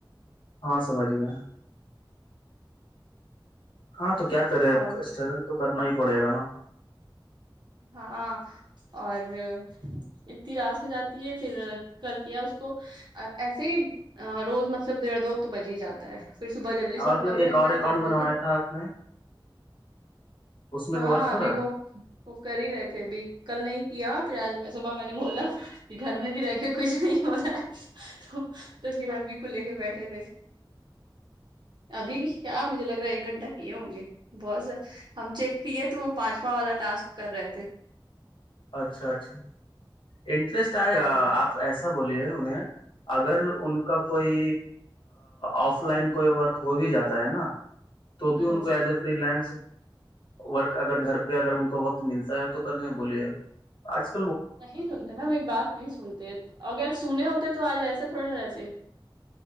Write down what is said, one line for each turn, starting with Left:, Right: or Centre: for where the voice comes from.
Left: ہاں سمجھ گیا ہاں تو کیا کرے اب
Right: اور
Left: اسٹرگل تو کرنا ہی پڑے گا نا
Right: ہاں اور اتنی رات میں جاتی ہے پھر کل کیا اس کو اور ایسے ہی روز مطلب ڈڑھ دو تو بج ہی جاتا ہے پھر صبح جلدی
Left: اور
Right: سوکھنا
Left: جو
Right: بھی
Left: ایک
Right: رہتا
Left: اور
Right: ہے سات
Left: اکاؤنٹ بنوایا
Right: بجے
Left: تھا آپ نے اس میں
Right: ہاں
Left: تو ورک
Right: ابھی
Left: ہو رہا
Right: وہ
Left: ہے
Right: وہ کر ہی رہے تھے ابھی کل نہیں کیا پھر آج میں صبح میں نے بولا گھر میں بھی رہ کے کچھ نہیں ہو رہا تو تو پھر اب بھی کو لے کے بیٹھے تھے ابھی بھی کیا مجھے لگ رہا ہے ایک گھنٹہ کیے ہوں گے بہت س ہم چیک ہے تو وہ پانچواں والا ٹسک کر رہے تھے
Left: اچھا اچھا انٹرسٹ آ
Right: ہ
Left: آپ ایسا بولیے انہیں اگر ان کا کوئی آف لائن کوئی ورک ہو بھی جاتا ہے نا تو بھی
Right: ہ
Left: ان کو as a freelance work اگر گھر پہ اگر ان کو وقت ملتا ہے تو کرنے بولے آج
Right: نہیں سنتے نا میری بات ایک بات نہیں سنتے اگر سنے ہوتے تو آج ایسے تھوڑی نہ رہتے